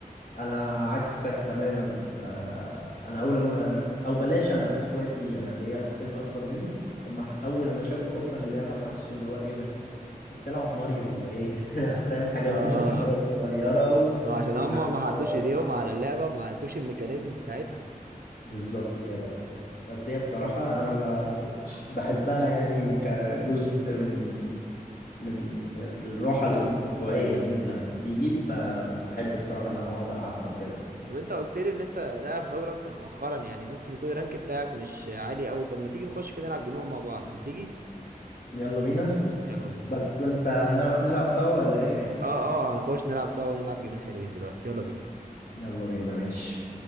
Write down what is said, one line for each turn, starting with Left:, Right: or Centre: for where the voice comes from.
Left: انا عكسك تماما آه، انا اول لما او بلاش انا اخواتي انا ليا اخين اكبر مني اما ح- اول لما شافوا اصلا اللعبه حسوا اللي هو ايه ده انت بتلعب ماريو ولا ايه <laughs> فاهم حاجات
Right: اه
Left: بتتحرك صغيره و-
Right: ما عشان
Left: ومش
Right: هم
Left: عارف
Right: ما
Left: حوارات
Right: حطوش ايديهم على اللعبه وما عرفوش الميكانيزم بتاعتها
Left: بالظبط كده بس هي بصراحه انا ب... بحبها يعني كجزء من من الراحه الاسبوعيه يا سيدي لما بتيجي ب... بحب بصراحه ان انا اقعد العبها وكده
Right: طب انت قلت لي ان انت لاعب فالورانت مؤخرا يعني ممكن يكون الرانك بتاعك مش عالي قوي طب ما تيجي نخش كده نلعب جيمين مع بعض ما تيجي
Left: يلا بينا
Right: يلا بينا
Left: بس انت هنعرف نلعب سوا ولا ايه
Right: اه اه هنخش نلعب سوا نلعب جيمين حلوين دلوقتي يلا بينا
Left: يلا بينا ماشي